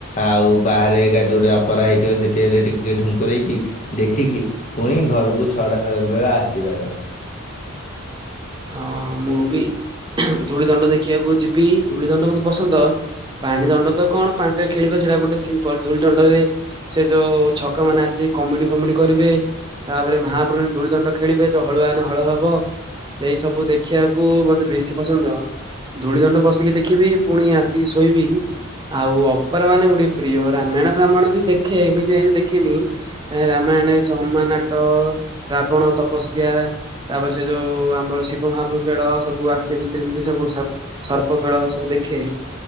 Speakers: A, on the left (about 35°); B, on the right (about 20°).
A: ଆଉ ବାହାରେ ଏକା ଯଉଟା ଅପରା ହେଇଥିବ ସେଠି ହେଲେ ଟିକେ ଠୁଙ୍କୁରେଇକି ଦେଖିକି ପୁଣି ଘରକୁ ଛଅଟା ବେଳେ ଆସିବାର।
B: ହଁ ମୁଁ ବି ଧୂଳି ଦଣ୍ଡ ଦେଖିବାକୁ ଯିବି ଧୂଳି ଦଣ୍ଡ ମତେ ପସନ୍ଦ ପାଣି ଦଣ୍ଡ ତ କଣ ପାଣିରେ ଖେଳିବା ସେଟା ଗୋଟେ ସିମ୍ପଲ ଧୂଳି ଦଣ୍ଡରେ ସେ ଯୋଉ ଛକା ମାନେ ଆସିିକି କମେଡି ଫମେଡି କରିବେ ତାପରେ ମହାପ୍ରଭୁ ଦୋଳି ଦଣ୍ଡ ଖେଳିବେ ହଳୁଆ ଏନେ ହଳ ହବ ସେଇ ସବୁ ଦେଖିବାକୁ ମତେ ବେଶୀ ପସନ୍ଦ। ଧୂଳି ଦଣ୍ଡ ବସିକି ଦେଖିବି ପୁଣି ଆସିକି ଶୋଇବି ଆଉ ଅପର ମାନେ ଗୋଟେ ପ୍ରିୟ ରାମାୟଣ ଫ୍ରାମାୟଣ ବି ଦେଖେ ଏମିତି ହେଲେ ଦେଖେନି ତା ରାମାୟଣ ହନୁମାନ ତ ରାବଣ ତପସ୍ୟା ତାପରେ ସେ ଯୋଉଆମ୍ ଆମର ଶିବ ମହାପ୍ରଭୁଖେଳ ସବୁ ଆସେ ଭିତରେ ଭିତରେ ସବୁ ସର୍ପ ଖେଳ ସବୁ ଦେଖି ଆଇ